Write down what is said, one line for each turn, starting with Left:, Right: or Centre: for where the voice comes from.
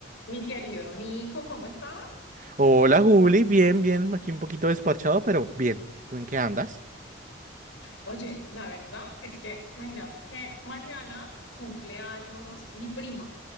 Left: Mi querido Nico, ¿cómo estás?
Right: Hola Juli, bien, bien, aquí un poquito despachado, pero bien. ¿Tú en qué andas?
Left: Oye, la verdad es que imagínate que mañana cumple años mi prima